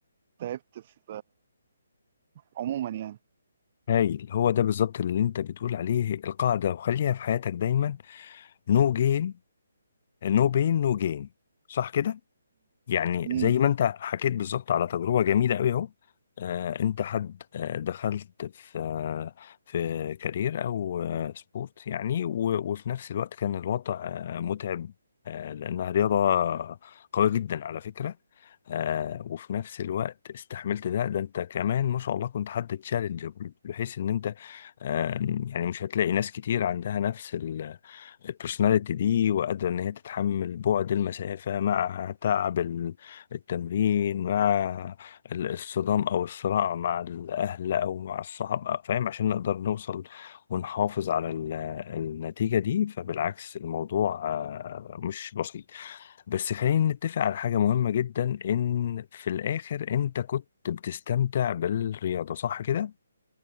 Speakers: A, on the right; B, on the left.
A: تعبت في عموما يعني
B: هايل هو ده بالظبط اللي انت بتقول عليه القاعدة وخليها في حياتك دايما no gain no pain no gain صح كده يعني
A: امم
B: زي ما انت حكيت بالظبط على تجربه جميله قوي اهو آه، انت حد آه، دخلت في آه، في كارير او آه، سبورت يعني و- وفي نفس الوقت كان الوضع آه، متعب آه، لانها رياضه قويه جدا على فكره آه، وفي نفس الوقت استحملت ده ده انت كمان ما شاء الله كنت حد تشالنج بحيث ان انت آه، يعني مش هتلاقي ناس كتير عندها نفس البرسوناليتي دي وقادرة إن هي تتحمل بعد المسافة مع تعب ال- التمرين مع ال- الصدام أو الصراع مع الأهل أو مع الصحاب فاهم عشان نقدر نوصل ونحافظ على ال- النتيجة دي فبالعكس الموضوع آه، مش بسيط بس خلينا نتفق على حاجة مهمة جدا إن في الآخر أنت كنت بتستمتع بالرياضة صح كده؟